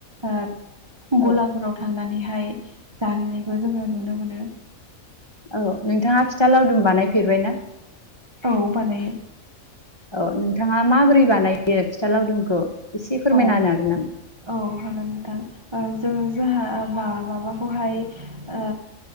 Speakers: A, on the right; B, on the left.
A: ओ गलाफोराव
B: औ
A: थांनानैहाय जाहैनाय खौ जोङो नुनो मोनो।
B: औ नोंथाङा फिथा लावदुम बानायफेरबाय ना?
A: औ बानायो।
B: औ नोंथाङा माबोरै बानायो फिथा लावदुमखौ एसे फोरमायना
A: औ
B: होनो हागोन नामा?
A: औ हागोन नोंथां। ओ जोङो जोहा <unintelligible> माबाखौहाय ओ